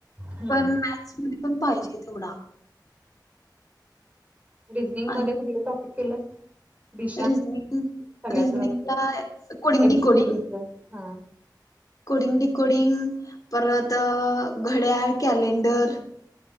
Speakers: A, on the right (about 20°); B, on the left (about 50°).
A: हम्म
B: पण मॅथ्समध्ये पण पायजे थोडा.
A: रिजनिंगमध्ये
B: आणि
A: कुठलं टॉपिक केलं? दिशा
B: रिझनिंग
A: सगळ्यातच
B: रिझनिंगला
A: असत
B: coding
A: A
B: decoding
A: B C D च हा.
B: कोडिंग डिकोडिंग परत घड्याळ, कॅलेंडर